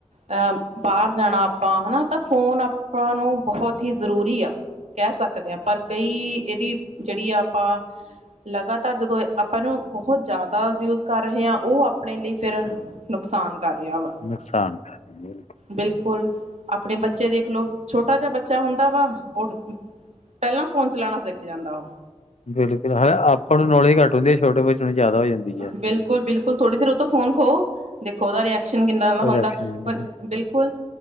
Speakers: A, on the right; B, on the left.
A: ਅਹ ਬਾਹਰ ਜਾਣਾ ਆਪਾਂ ਹਨਾ ਤਾਂ ਫੋਨ ਆਪਾਂ ਨੂੰ ਬਹੁਤ ਹੀ ਜ਼ਰੂਰੀ ਆ, ਕਹਿ ਸਕਦੇ ਹਾਂ ਪਰ ਕਈ ਇਹਦੀ ਜਿਹੜੀ ਆ ਆਪਾਂ ਲਗਾਤਾਰ ਜਦੋਂ ਆਪਾਂ ਇਹਨੂੰ ਬਹੁਤ ਜ਼ਿਆਦਾ ਯੂਜ ਕਰ ਰਹੇ ਹਾਂ ਉਹ ਆਪਣੇ ਲਈ ਫਿਰ ਨੁਕਸਾਨ ਕਰ ਰਿਹਾ ਵਾ।
B: ਨੁਕਸਾਨ ਬਿਲਕੁਲ
A: ਬਿਲਕੁਲ। ਆਪਣੇ ਬੱਚੇ ਦੇਖਲੋ, ਛੋਟਾ ਜਿਹਾ ਬੱਚਾ ਹੁੰਦਾ ਵਾ, ਉਹ ਪਹਿਲਾਂ ਫੋਨ ਚਲਾਉਣਾ ਸਿੱਖ ਜਾਂਦਾ ਓਹੋ
B: ਬਿਲਕੁਲ, ਹਲੇ ਆਪਾਂ ਨੂੰ ਨੌਲੇਜ ਘੱਟ ਹੁੰਦੀ। ਛੋਟੇ ਬੱਚੇ ਨੂੰ ਜ਼ਿਆਦਾ ਹੋ ਜਾਂਦੀ ਹੈ
A: ਬਿਲਕੁਲ ਬਿਲਕੁਲ, ਥੋੜੀ ਦੇਰ ਉਤੋਂ ਫੋਨ ਖੋਓ। ਦੇਖੋ ਉਹਦਾ ਰਿਐਕ ਸ਼ਨ ਕਿੱਦਾ ਦਾ ਹੁੰਦਾ
B: ਰਿਐਕਸ਼ਨ
A: ਹੁਣ ਬਿਲਕੁਲ